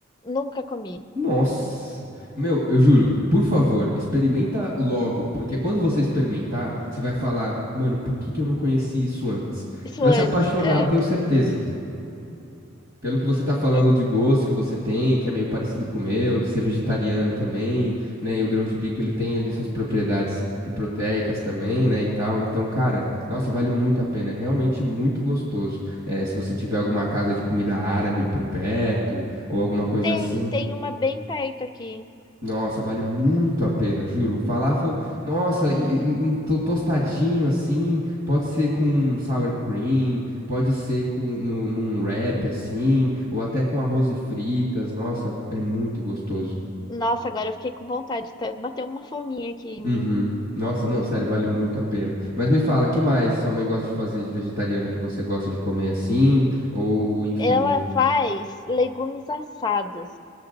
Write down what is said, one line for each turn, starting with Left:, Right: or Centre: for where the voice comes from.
Left: nunca comi.
Right: Nossa. Meu, eu juro, por favor, experimenta logo, porque quando você experimentar, você vai falar, mano, por que que eu não conheci isso antes?
Left: Isso
Right: Você vai
Left: antes.
Right: se apaixonar,
Left: é.
Right: eu tenho certeza. Pelo que você tá falando
Left: E
Right: de gosto que você tem, que é meio parecido com o meu, de ser vegetariana também, né? E o grão de bico, ele tem ali suas propriedades de proteicas também, né? E tal. Então, cara, nossa, vale muito a pena. É realmente muito gostoso. É, se você tiver alguma casa de comida árabe por perto, ou alguma coisa
Left: tem,
Right: assim.
Left: tem uma bem perto aqui.
Right: Nossa, vale muito a pena, juro. Um falafel, nossa, e, e- um to- tostadinho assim, pode ser com sour cream, pode ser com no, num wrap assim, ou até com arroz e fritas. Nossa, é muito gostoso.
Left: Nossa, agora eu fiquei com vontade, tá- bateu uma fominha aqui em
Right: Uhum.
Left: mim.
Right: Nossa, não, sério, vale muito a pena. Mas me fala, que mais sua mãe gosta de fazer de vegetariano que você gosta de comer assim? Ou, enfim,
Left: Ela
Right: me...
Left: faz legumes assados.